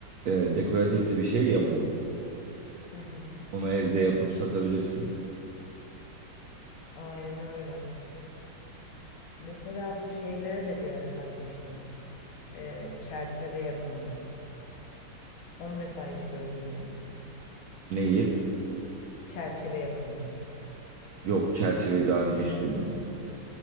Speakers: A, on the right (about 80°); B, on the left (about 80°).
A: e, dekoratif de bir şey ya mum.
B: Hı hı,
A: Onu evde yapıp satabilirsin.
B: aynen öyle. Mesela bu şeylere de bir ara takmıştım E, çerçeve yapımı onu mesela hiç gördün mü?
A: Neyi?
B: Çerçeve yapımı.
A: Yok çerçeveyi daha önce hiç duymadım.